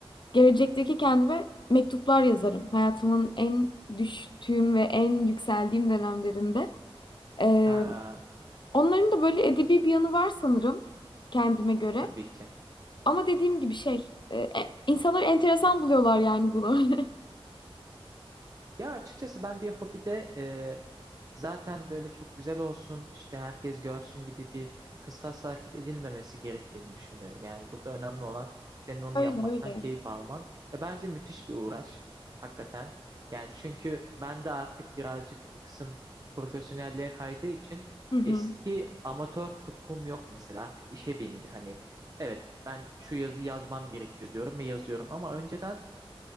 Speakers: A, on the left; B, on the right.
A: gelecekteki kendime mektuplar yazarım. Hayatımın en düştüğüm ve en yükseldiğim dönemlerinde. Ee,
B: Ha,
A: onların da böyle edebi bir yanı var sanırım kendime göre.
B: tabii ki.
A: Ama dediğim gibi şey, e, e, insanlar enteresan buluyorlar yani bunu. <laughs>
B: Ya açıkçası ben bir hobide zaten böyle çok güzel olsun işte herkes görsün gibi bir kıstasla hareket edilmemesi gerektiğini düşünüyorum. Yani burada önemli olan senin onu
A: Öyle
B: yapmaktan
A: öyle.
B: keyif alman ve bence müthiş bir uğraş hakikaten. Yani çünkü ben de artık birazcık bu kısım profesyonelliğe kaydığı için
A: Hı hı.
B: eski amatör tutkum yok mesela artık işe bindi. Hani evet ben şu yazıyı yazmam gerekiyor diyorum ve yazıyorum ama önceden